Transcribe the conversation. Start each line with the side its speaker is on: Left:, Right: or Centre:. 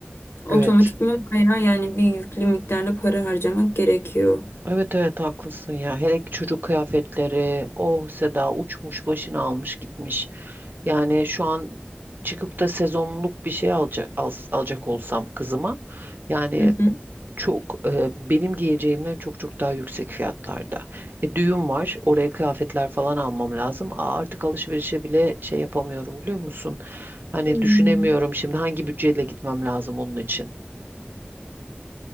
Left: otomatikman
Right: Evet.
Left: bayağı yani bir yüklü miktarda para harcamak gerekiyor.
Right: Evet evet haklısın ya. Hele ki çocuk kıyafetleri. Oh Seda uçmuş başını almış gitmiş. Yani şu an çıkıp da sezonluk bir şey alacak al- alacak olsam kızıma yani
Left: Hı hı.
Right: çok e, benim giyeceğimden çok çok daha yüksek fiyatlarda. E, düğün var. Oraya kıyafetler falan almam lazım. Aa, artık alışverişe bile şey yapamıyorum biliyor musun? Hani
Left: Hmm.
Right: düşünemiyorum şimdi hangi bütçeyle gitmem lazım onun için.